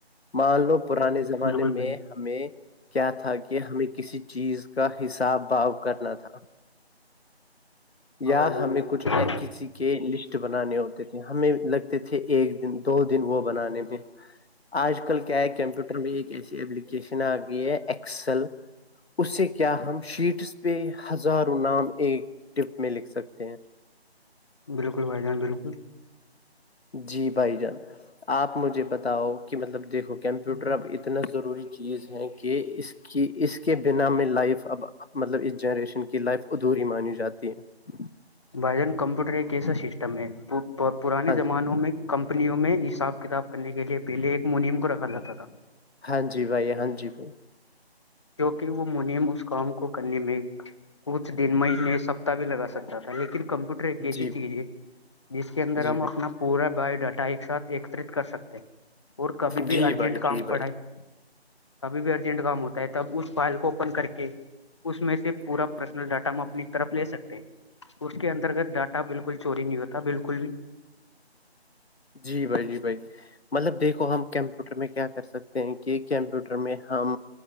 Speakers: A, on the left; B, on the left.
A: مان لو پرانے سے زمانے
B: بالکل
A: میں
B: بھائی
A: ہمیں کیا تھا کہ ہمیں کسی چیز کا حساب باب کرنا تھا
B: ہاں
A: یا
B: بھائی جان
A: ہمیں
B: بالکل
A: کچھ کسی کے لسٹ بنانے ہوتے تھے ہمیں لگتے تھے ایک دن دو دن وہ بنانے میں آج کل کیا ہے کمپیوٹر میں ایک ایسی ایلیکیشن آ گئی ہے ایکسل اس سے کیا ہم شیٹس پہ ہزاروں نام ایک ٹپ میں لکھ سکتے ہیں
B: بالکل بھائی جان بالکل
A: جی بھائی جان آپ مجھے بتاؤ کہ مطلب دیکھو کمپیوٹر اب اتنا ضروری چیز ہے کہ اس کے کہ اس کے بنا میں لائف اب مطلب اس جنریشن کی لائف ادھوری مانی جاتی ہے
B: بھائی جان کمپیوٹر ایک کیسا سسٹم ہے پرانے
A: ہاں
B: زمانوں میں کمپنیوں میں حساب کتاب کرنے کے لیے پہلے ایک منیم کو رکھا جاتا تھا
A: ہاں جی بھائی ہاں جی بھائی
B: کیونکہ وہ منیم اس کام کو کرنے میں کچھ دن مہینے سپتتاہ بھی لگا سکتا تھا لیکن کمپیوٹر ایک ایسی
A: جی
B: چیز ہے جس کے اندر
A: جی
B: ہم
A: بھائی
B: اپنا پورا بایو ڈاٹا ایک ساتھ ایکترت کر سکتے اور کبھی
A: جی
B: بھی ارجنٹ
A: بھائی
B: کام
A: جی بھائی
B: پڑے کبھی بھی ارجنٹ کام ہوتا ہے تب اس فائل کو اوپن کر کے اس میں سے پورا پرسنل ڈاٹا ہم اپنی طرف لے سکتے ہیں اس کے انترگت ڈاٹا بالکل چوری نہیں ہوتا بالکل بھی
A: جی بھائی جی بھائی مطلب دیکھو ہم کمپیوٹر میں کیا کر سکتے ہیں کہ کمپیوٹر میں ہم